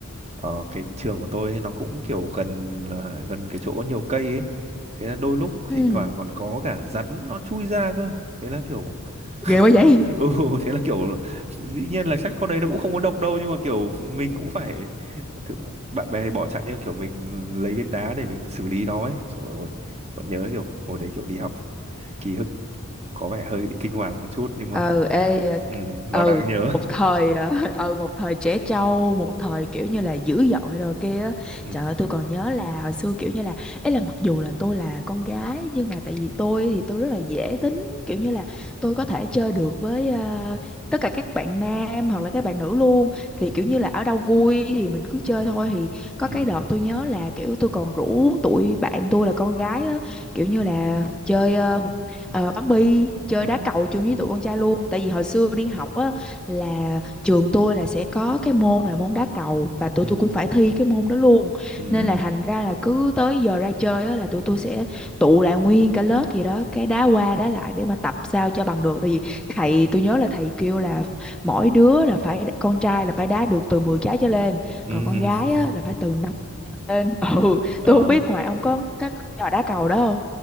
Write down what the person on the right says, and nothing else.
ờ, cái trường của tôi ấy, nó cũng kiểu gần ờ, gần cái chỗ có nhiều cây ấy thế là đôi lúc
thỉnh thoảng còn có cả rắn nó chui ra cơ thế là kiểu <laughs>
<laughs> ừ thế là kiểu dĩ nhiên là chắc con đấy nó cũng không có độc đâu nhưng mà kiểu mình cũng phải thực- bạn bè thì bỏ chạy nhưng mà kiểu mình lấy viên đá để mình xử lý nó ấy rồi ôi vẫn nhớ kiểu hồi đấy kiểu đi học ký ức có vẻ hơi bị kinh hoàng một chút nhưng mà
<laughs>
ừ,
nó đáng
nhớ
ừ,
ừ,
ừ,
ừ,
ừ,
ừ,
ừ,
ừ.
<laughs>
ờ